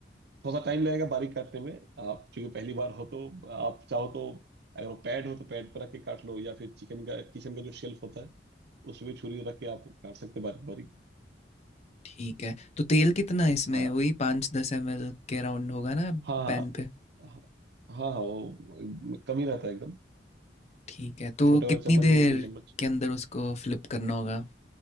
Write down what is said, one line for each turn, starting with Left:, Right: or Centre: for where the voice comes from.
Right: थोड़ा सा टाइम लगेगा बारीक काटने में आप चूंकि पहली बार हो तो आप चाहो तो अगर वो पैड हो तो पैड पर रख के काट लो या फिर चिकन का किचन का जो शेल्फ होता है उसमें भी छुरी रख के आप काट सकते हैं बारीक बारीक
Left: ठीक है तो तेल कितना है इसमें
Right: हाँ
Left: वही पाँच दस एम एल के राउंड होगा ना
Right: हाँ हाँ
Left: पैन पे
Right: हाँ हाँ हाँ, वो कम ही रहता है एकदम
Left: ठीक है तो
Right: छोटे वाले
Left: कितनी
Right: चम्मच
Left: देर
Right: से दो तीन चम्मच
Left: के अंदर उसको फ्लिप करना होगा